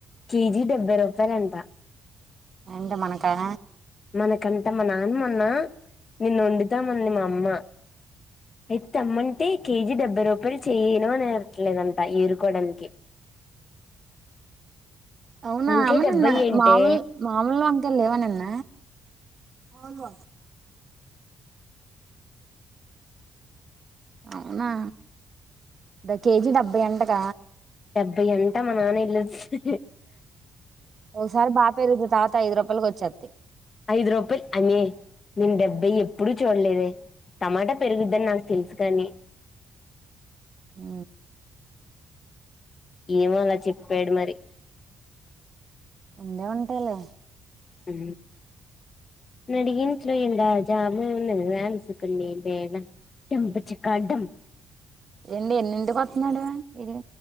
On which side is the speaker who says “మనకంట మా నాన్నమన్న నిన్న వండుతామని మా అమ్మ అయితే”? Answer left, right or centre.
Left